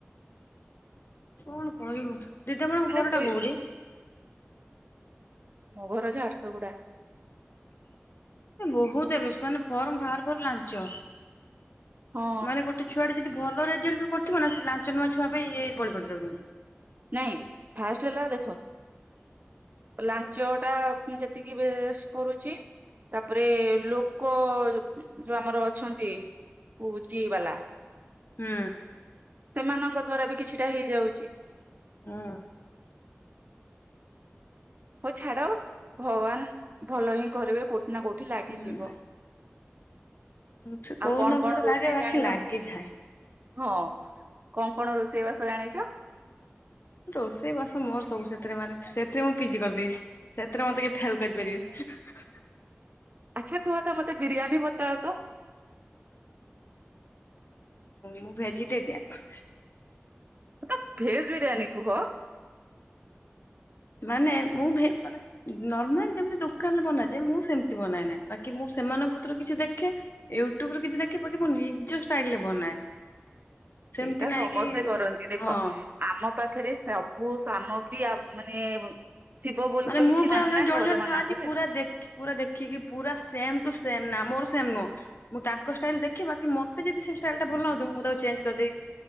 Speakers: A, on the left; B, on the right.
A: କଣ କରିବୁ ଦିଦି ଆପଣଙ୍କ
B: ମାନେ
A: ଘରଟା
B: ଦୁଇ
A: କୋଉଠି?
B: ମୋ ଘର ଝାରସୁଗୁଡା।
A: ବହୁତ ଏବେ ସେମାନେ ଫର୍ମ ବାହାରୁ ବାହାରୁ ଲାଞ୍ଚ।
B: ହଁ
A: ମାନେ ଗୋଟେ ଛୁଆ ଟେ ଯଦି ଭଲ ରେଜଲ୍ଟ ବି କରିଥିବ ନା ସେ ଲାଞ୍ଚ ନେବା ଛୁଆ ପାଇଁ ଏଇ ବି ବଳି ପଡିଯାଉଛନ୍ତି।
B: ନାଇଁ ଫାଷ୍ଟ ହେଲା ଦେ ଲାଞ୍ଚ ଟା ଯେତିକି ବେଶ କରୁଛି। ତାପରେ ଲୋକୋ ଯୋଉ ଆମର ଅଛନ୍ତି <unintelligible>
A: ହୁଁ।
B: ସେମାନଙ୍କ ଦ୍ଵାରା ବି କିଛିଟା ହେଇଯାଉଛି।
A: ହୁଁ।
B: ହୋଉ ଛାଡ ଭଗବାନ ଭଲ ହିଁ କରିବେ କୋଉଠି ନା କୋଉଠି ଲାଗିଯିବ।
A: ହୁଁ ସେ କୋଉଠି
B: ଆଉ କଣ
A: ନା କୋଉଠି
B: କଣ ରୋଷେଇ
A: ଲାଗେ ବାକି
B: ଜାଣିଲଣି।
A: ଲାଗିଯାଏ।
B: ହଁ କଣ କଣ ରୋଷେଇ ବାସ ଜାଣିଛ।
A: ରୋଷେଇ ବାସ ମୋର ସବୁ ସେଥିରେ ମାନେ ସେଥିରେ ମୁଁ ପିଜି କରିଦେଇଛି। ସେଥିରେ ମୋତେ କେହି ଫେଲ୍ କରିପାରିବେନି।
B: ଆଚ୍ଛା କୁହ ତ ମୋତେ ବିରିୟାନୀ ବତାଅ ତ।
A: ମୁଁ ଭେଜିଟେରିଆନ।
B: ତ ଭେଜ ବିରିୟାନୀ କୁହ।
A: ମାନେ ମୁଁ ବି ମାନେ। ନର୍ମାଲ ଯେମତି ଦୋକାନରେ ବନାଯାଏ ମୁଁ ସେମିତି ବନାଏନା ବାକି ମୁଁ ସେମାନଙ୍କିତରୁ କିଛି ଦେଖେ। ୟୁଟ୍ୟୁବରେ କିଛି ଦେଖି ପାଖୀ ମୁ ନିଜ ଷ୍ଟାଇଲରେ ବନାଏ। ସେମିତି
B: ସେଇଟା
A: ନାଇଁ
B: ସମସ୍ତେ
A: କି
B: କରନ୍ତି ଦେଖ।
A: ହଁ
B: ଆମ ପାଖରେ ସବୁ ସାମଗ୍ରୀ ଆଉ ମାନେ ଏ ଥିବ ବୋଲି
A: ମାନେ
B: ତ
A: ମୁଁ
B: କିଛି
A: ପୁରା
B: ନାହିଁ
A: ଜଣେ
B: ନା ଘର
A: ଜଣେ
B: ମାନଙ୍କରେ
A: ଥାଆନ୍ତି ପୁରା ଦେଖି ପୁରା ଦେଖିକି ପୁରା ସେମ ଟୁ ସେମ ନା ମୋର ସେମ ନୁହଁ। ମୁଁ ତାଙ୍କ ଷ୍ଟାଇଲ ଦେଖୀ ବାକି ମତେ ଯଦି ସେ ଷ୍ଟାଇଲ ଟା ଭଲଲାଗୁ ନଥିବ ମୁଁ ତାକୁ ଚେଞ୍ଜ କରିଦେବି।